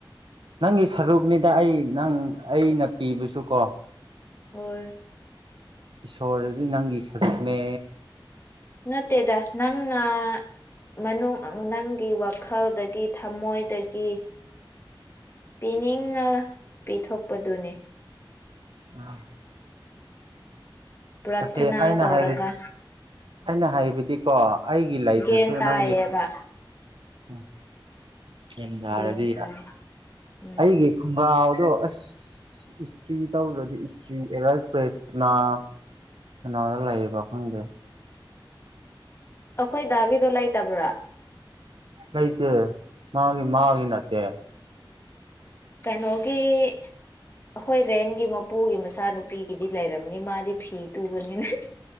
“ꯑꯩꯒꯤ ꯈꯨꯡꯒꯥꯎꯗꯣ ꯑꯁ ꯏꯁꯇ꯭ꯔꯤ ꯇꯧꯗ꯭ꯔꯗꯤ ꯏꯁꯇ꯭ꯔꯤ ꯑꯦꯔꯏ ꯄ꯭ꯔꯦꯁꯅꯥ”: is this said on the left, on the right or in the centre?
Right